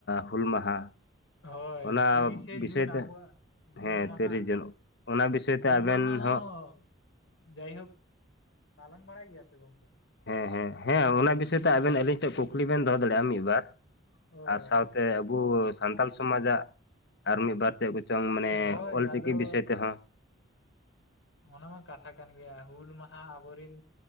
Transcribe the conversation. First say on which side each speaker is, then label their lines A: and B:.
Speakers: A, on the left (about 60°); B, on the left (about 85°).
A: ᱦᱩᱞ ᱢᱟᱦᱟ᱾
B: ᱦᱳᱭ
A: ᱚᱱᱟ
B: ᱛᱤᱨᱤᱥᱮ
A: ᱵᱤᱥᱚᱭ
B: ᱡᱩᱱ
A: ᱛᱮ
B: ᱟᱵᱚᱣᱟᱜ ᱦᱩᱞ
A: ᱦᱮᱸ
B: ᱢᱟᱦᱟ᱾
A: ᱛᱤᱨᱤᱥ ᱡᱩᱱ ᱚᱱᱟ ᱵᱤᱥᱚᱭ
B: ᱦᱩᱞ
A: ᱛᱮ ᱟᱵᱮᱱ
B: ᱢᱟᱦᱟ ᱦᱚᱸ ᱡᱟᱭᱦᱳᱠ ᱯᱟᱞᱚᱱ ᱵᱟᱲᱟᱭ ᱜᱮᱭᱟ ᱯᱮ ᱜᱚᱢᱠᱮ?
A: ᱦᱮᱸ ᱦᱮᱸ ᱦᱮᱸ, ᱚᱱᱟ ᱵᱤᱥᱚᱭ ᱛᱮ ᱟᱵᱮᱱ ᱟᱞᱤᱧ ᱴᱷᱮᱱ ᱠᱩᱠᱞᱤ ᱵᱮᱱ ᱫᱚᱦᱚ ᱫᱟᱲᱮᱭᱟᱜᱼᱟ, ᱢᱤᱫ ᱵᱟᱨ᱾
B: ᱚ
A: ᱟᱨ ᱥᱟᱶᱛᱮ ᱟᱵᱚ ᱥᱟᱱᱛᱟᱞ ᱥᱚᱢᱟᱡᱟᱜ ᱟᱨ ᱢᱤᱫ ᱵᱟᱨ ᱪᱮᱫ ᱠᱚ ᱪᱚᱝ ᱢᱟᱱᱮ
B: ᱦᱳᱭ
A: ᱚᱞ
B: ᱟᱫᱚ
A: ᱪᱤᱠᱤ ᱵᱤᱥᱚᱭ ᱛᱮᱦᱚᱸ᱾
B: ᱚᱱᱟ ᱢᱟ ᱠᱟᱛᱷᱟ ᱠᱟᱱ ᱜᱮᱭᱟ ᱦᱩᱞ ᱢᱟᱦᱟ ᱟᱵᱚ ᱨᱤᱱ